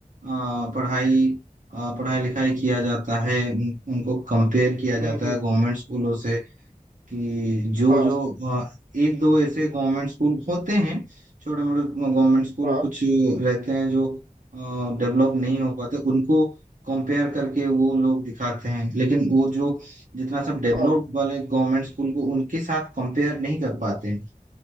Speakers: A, on the right; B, on the right.
A: आ, पढ़ाई आ, पढ़ाई लिखाई किया जाता है उन, उनको कंपेयर किया जाता
B: हम्म हम्म,
A: है गवर्नमेंट स्कूलों से कि जो
B: हाँ
A: जो आ, एक दो ऐसे गवर्नमेंट स्कूल होते हैं छोटे मोटे गवर्नमेंट स्कूल
B: हाँ
A: कुछ रहते हैं जो डेवलप नहीं हो पाते उनको कंपेयर करके वो लोग दिखाते हैं लेकिन वो जो जितना सब डेवलप्ड
B: हाँ
A: वाले गवर्नमेंट स्कूल को उनके साथ कंपेयर नहीं कर पाते हैं